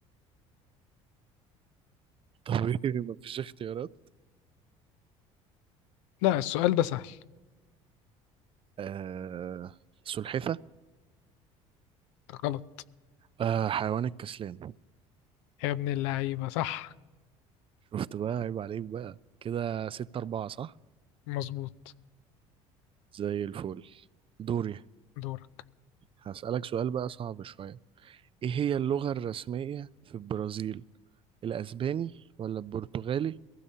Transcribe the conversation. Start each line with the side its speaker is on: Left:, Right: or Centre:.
Right: طب <laughs> ايه مفيش اختيارات
Left: لا السؤال ده سهل
Right: آه سلحفة
Left: غلط
Right: آه حيوان الكسلان
Left: يا ابن اللعيبة صح
Right: شفت بقى عيب عليك بقى كده ستة أربعة صح
Left: مظبوط
Right: زي الفل دوري
Left: دورك
Right: هسألك سؤال بقى صعب شوية ايه هي اللغة الرسمية في البرازيل الأسباني ولا البرتغالي